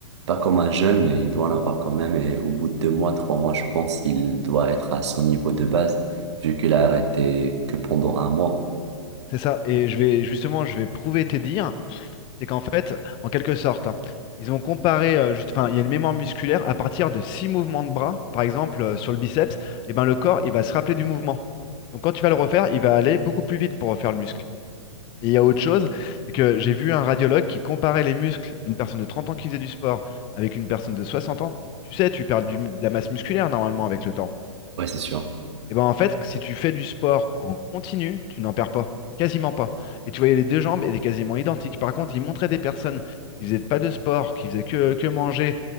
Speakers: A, on the right; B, on the left.
A: Pas comme un jeune, mais il doit en avoir quand même. Et au bout de deux mois, trois mois, je pense, il doit être à son niveau de base vu qu'il a arrêté que pendant un mois.
B: C'est ça. Et je vais justement, je vais prouver tes dires. c'est qu'en fait, en quelque sorte, hein, ils ont comparé, euh, juste, enfin, il y a une mémoire musculaire à partir de six mouvements de bras, par exemple euh, sur le biceps, et ben le corps, il va se rappeler du mouvement. Donc quand tu vas le refaire, il va aller beaucoup plus vite pour refaire le muscle. Et il y a autre chose, c'est que j'ai vu un radiologue qui comparait les muscles d'une personne de 30 ans qui faisait du sport avec une personne de 60 ans. Tu sais, tu perds du- de la masse musculaire normalement avec le temps.
A: Ouais, c'est sûr.
B: Et ben en fait, si tu fais du sport en continu, tu n'en perds pas, quasiment pas. Et tu voyais les deux jambes, elles étaient quasiment identiques. Par contre, ils montraient des personnes qui faisaient pas de sport, qui faisaient que, que manger